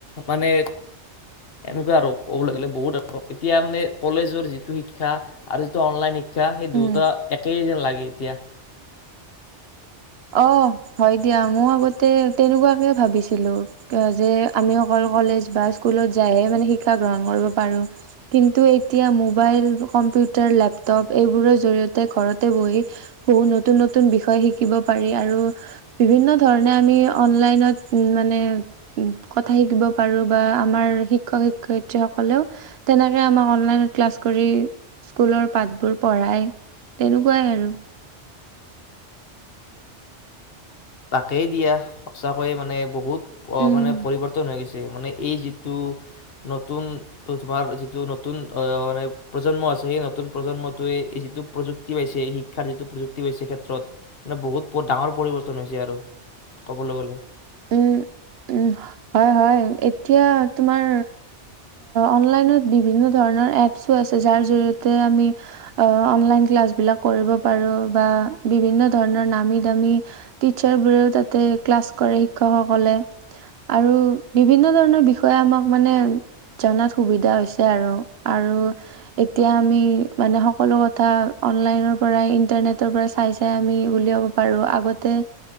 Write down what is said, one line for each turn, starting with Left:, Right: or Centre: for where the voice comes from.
Left: মানে এনেকুৱা আৰু ক'বলৈ গলে বহুত আৰু এতিয়া মানে কলেজৰ যিটো শিক্ষা আৰু যিটো অনলাইন শিক্ষা শিক্ষা সেই দুয়োটা
Right: উম
Left: একেই যেন লাগে এতিয়া
Right: অ হয় দিয়া মই আগতে তেনেকুৱাকে ভাবিছিলো যে আমি অকল কলেজ বা স্কুলত যাইহে মানে শিক্ষা গ্ৰহণ কৰিব পাৰো কিন্তু এতিয়া মোবাইল কম্পিউটাৰ লেপটপ এইবোৰৰ জৰিয়তে ঘৰতে বহি বহুত নতুন নতুন বিষয় শিকিব পাৰি। পাৰি আৰু বিভিন্ন ধৰণে আমি অনলাইনত মানে কথা শিকিব পাৰো বা আমাৰ শিক্ষক শিক্ষয়িত্ৰী সকলেও তেনেকে আমাক অনলাইনত ক্লাছ কৰি স্কুলৰ পাঠবোৰ পঢ়ায় তেনেকুৱাই আৰু
Left: তাকেই দিয়া সঁচাকৈয়ে মানে বহুত অ
Right: উম
Left: মানে পৰিৱৰ্তন হৈ গৈছে। মানে এই যিটো নতুন ত তোমাৰ যিটো নতুন আহ মানে প্ৰজন্ম আছে সেই নতুন প্ৰজন্মটোৱে এই যিটো প্ৰযুক্তি পাইছে শিক্ষাৰ যিটো প্ৰযুক্তি পাইছে ক্ষেত্ৰত মানে বহুত ডাঙৰ পৰিৱৰ্তন তন হৈছে আৰু ক'বলৈ গলে
Right: উম উম হয় হয় এতিয়া তোমাৰ অনলাইনত বিভিন্ন ধৰণৰ এপছো আছে যাৰ জৰিয়তে আমি অনলাইন ক্লাছ বিলাক কৰিব পাৰো বা বিভিন্ন ধৰণৰ নামী দামী টিচাৰ বোৰেও তাতে ক্লাছ কৰে। শিক্ষকসকলে আৰু বিভিন্ন ধৰণৰ বিষয়ে আমাক মানে জনাত সুবিধা হৈছে আৰু আৰু এতিয়া আমি মানে সকলো কথা অনলাইনৰ পৰা ইণ্টাৰনেটৰ পৰা চাই চাই আমি উলিয়াব পাৰো আগতে